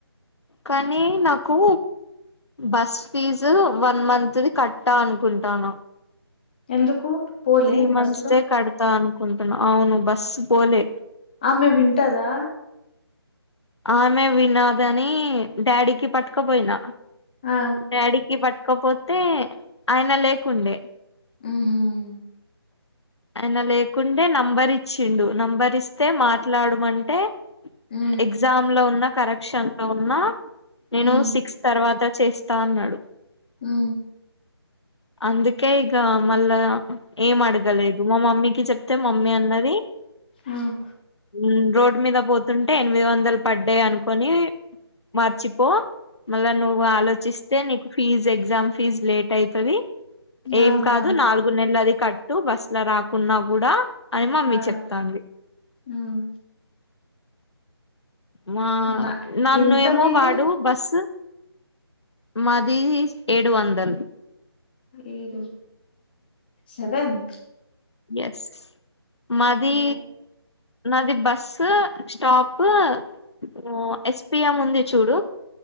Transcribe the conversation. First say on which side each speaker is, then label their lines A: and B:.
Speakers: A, on the left; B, on the left.
A: కానీ నాకు బస్ ఫీజు వన్ మంత్ది కట్ట అనుకుంటాన
B: ఎందుకు పోలే
A: త్రీ మంత్స్
B: బస్సులో
A: స్టే కడ్తా అనుకుంటున్నా అవును బస్సు పోలె
B: ఆమె వింటదా
A: ఆమె వినాదని డాడీకి పట్టుకపోయినా
B: ఆ
A: డాడీకి పట్కాపోతే ఆయన లేకుండే
B: ఉహ్మ్
A: అయన లేకుంటే నంబర్ ఇచ్చిండు నంబర్ ఇస్తే మాట్లాడుమంటే
B: హ్మ్
A: ఎగ్జామ్ లోఉన్న కరెక్షన్ లో ఉన్నా నేను
B: హ్మ్
A: సిక్స్ తర్వాత చేస్తా అన్నాడు
B: హ్మ్
A: అందుకె ఇగ మలా ఏం అడగలేదు మా మమ్మీ చెప్తే మమ్మీ అన్నది
B: హ్మ్
A: హ్మ్ రోడ్ మీద పోతుంటే ఎనిమిది వందల్ పడ్డాయిఅనుకోని మర్చిపో మల నువ్వు ఆలోచిస్తే నీకు ఫీజ్ ఎగ్జామ్ ఫీజ్ లేట్ అయితది ఏం
B: ఆహా
A: కాదు నాలుగు నెలల్ అది కట్టు బస్ లో రాకున్న కూడా అని మమ్మీ
B: ఆ
A: చెప్తాంది
B: హ్మ్
A: మా
B: నా
A: నన్ను
B: ఎంత
A: ఎమో
B: మీది
A: వాడు బస్ మాదీ ఏడు వందల్
B: ఏడు సెవెన్
A: ఎస్ మదీ
B: ఓ
A: నాది బస్సు స్టాపూ హ్మ్ ఎ స్పి ఎం ఉంది చూడు